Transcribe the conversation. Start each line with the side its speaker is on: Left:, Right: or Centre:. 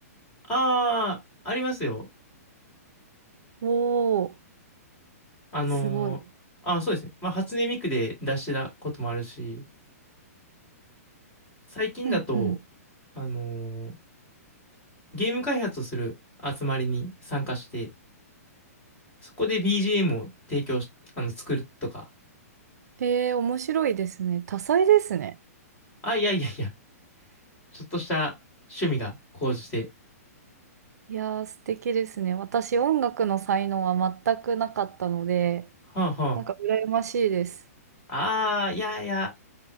Left: ああ、ありますよ。
Right: おおー、
Left: あのーあーそうですね。
Right: すごい。
Left: まあ初音ミクで出してたこともあるし、最近だと、
Right: うんうん。
Left: あのーゲーム開発をする集まりに参加して、そこで BGM を提供し、あの、作るとか、
Right: へえ、面白いですね。多彩ですね。
Left: あ、いやいやいや、ちょっとした趣味が高じて、
Right: いやー、素敵ですね。私、音楽の才能は全くなかったので、
Left: はあは
Right: なんか羨ましいです。
Left: あ、あーいやいや、